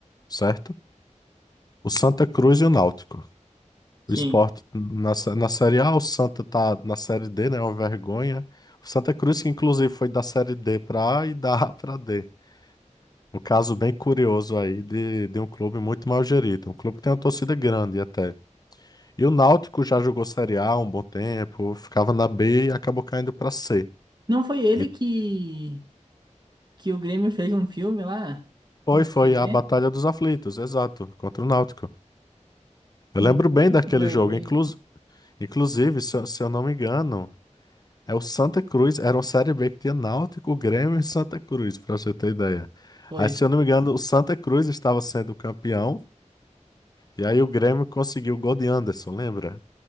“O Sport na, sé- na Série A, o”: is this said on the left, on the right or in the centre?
Left